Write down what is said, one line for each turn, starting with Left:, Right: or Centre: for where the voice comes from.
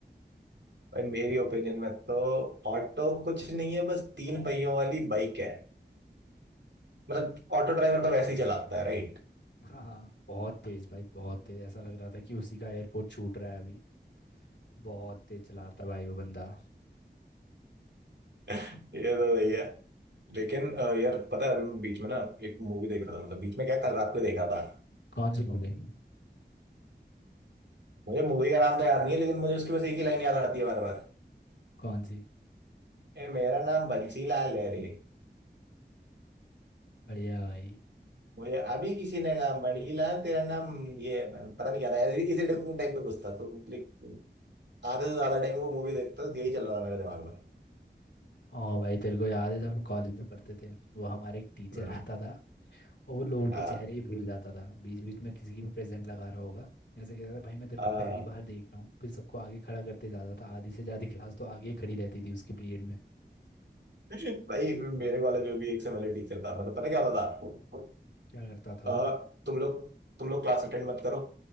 Right: भाई मेरी ओपिनियन में तो ऑटो कुछ नहीं है बस तीन पहियों वाली बाइक है मतलब ऑटो ड्राइवर तो वैसे ही चलाता है राइट
Left: हाँ हाँ बहुत तेज भाई बहुत तेज ऐसा लग रहा था कि उसी का एयरपोर्ट छूट रहा है अभी बहुत तेज चला रहा था भाई वो बंदा
Right: <laughs> ये तो भैया लेकिन अ, यार पता है अभी मैं बीच में ना एक मूवी देख रहा था मतलब बीच में क्या कल रात को देखा था
Left: कौन सी मूवी
Right: मुझे मूवी का नाम तो याद नहीं है लेकिन मुझे उसकी बस एक ही लाइन याद आती है बार बार
Left: कौन सी
Right: ए मेरा नाम बंसीलाल है रे
Left: बढ़िया भाई
Right: मुझे अभी किसी ने कहा मणिलाल तेरा नाम ये पता नहीं क्या था ऐसे- इसी टाइप का कुछ था तो like, आधे से ज्यादा टाइम वो मूवी देखता था तो यही चल रहा था मेरे दिमाग में
Left: ओ भाई तेरे को याद है जब हम कॉलेज में पढ़ते थे वो हमारा एक टीचर
Right: हम्म,
Left: आता था और वो लोगों
Right: हाँ
Left: के चेहरे ही भूल जाता था बीच बीच में किसी की भी प्रेजेंट लगा रहा होगा ऐसे कहता था भाई मैं तेरे
Right: हाँ।
Left: को पहली बार देख रहा हूँ फिर सबको आगे खड़ा करते जाता था आधी से ज़्यादा क्लास तो आगे ही खड़ी रहती थी उसके पीरियड में
Right: भाई मेरे कॉलेज में भी एक से टीचर था मतलब पता क्या होता था
Left: क्या करता था
Right: अ,
Left: वो
Right: तुम लोग तुम लोग क्लास अटेंड मत करो